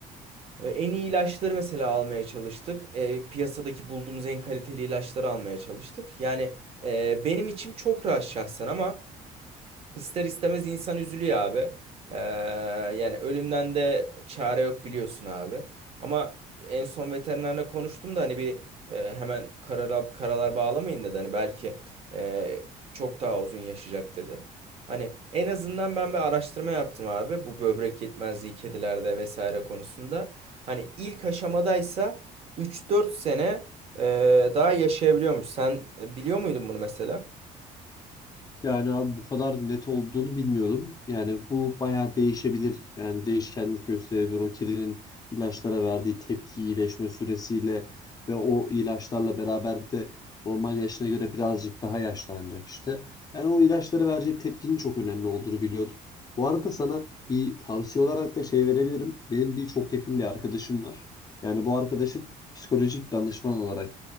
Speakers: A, on the right; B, on the left.
A: E, en iyi ilaçları mesela almaya çalıştık. E, piyasadaki bulduğumuz en kaliteli ilaçları almaya çalıştık. Yani e, benim içim çok rahat şahsen ama İster istemez insan üzülüyor abi. Ee, yani ölümden de çare yok biliyorsun abi. Ama en son veterinerle konuştum da hani bir e, hemen karara, karalar bağlamayın dedi. Hani belki e, çok daha uzun yaşayacak dedi. Hani en azından ben bir araştırma yaptım abi. Bu böbrek yetmezliği kedilerde vesaire konusunda. Hani ilk aşamadaysa 3-4 sene e, daha yaşayabiliyormuş. Sen biliyor muydun bunu mesela?
B: Yani abi bu kadar net olduğunu bilmiyordum. Yani bu bayağı değişebilir. Yani değişkenlik gösterebilir. O kedinin ilaçlara verdiği tepki iyileşme süresiyle ve o ilaçlarla beraber de normal yaşına göre birazcık daha yaşlanacak işte. Yani o ilaçları vereceği tepkinin çok önemli olduğunu biliyordum. Bu arada sana bir tavsiye olarak da şey verebilirim. Benim bir çok yakın bir arkadaşım var. Yani bu arkadaşım psikolojik danışman olarak